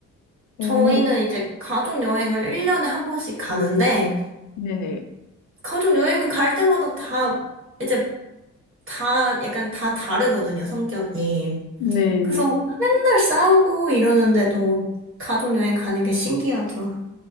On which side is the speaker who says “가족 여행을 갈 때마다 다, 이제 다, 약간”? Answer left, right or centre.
Right